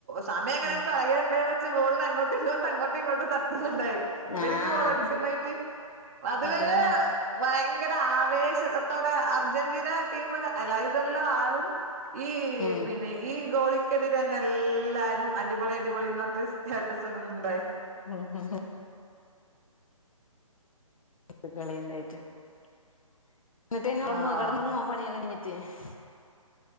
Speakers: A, on the right; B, on the left.
A: സമയ എങ്ങനേം
B: ഉം
A: കളയേണ്ട്ന്ന്. ബോളിന് അങ്ങോട്ടും ഇങ്ങോട്ടും അങ്ങോട്ടും ഇങ്ങോട്ടും തട്ടുന്നുണ്ട് ഇവർക്ക്
B: ആഹ്
A: വളടുക്കുന്നായിട്ട് അതുവരെ
B: അതന്നെ
A: വയങ്കര ആവേശത്തോടെ അർജന്റീന ടീമ് അല്ല ഇതെല്ലാം ആളും ഈ
B: ഉം
A: പിന്നെ ഈ ഗോളിക്കെതിരെ തന്നെ എല്ലാരും അടിപൊളി അടിപൊളിന്ന് പറഞ്ഞിട്ട് സ്റ്റാറ്റസ് ഇടുന്നുണ്ട്
B: ഉം ഉം <unintelligible>
A: ആഹ്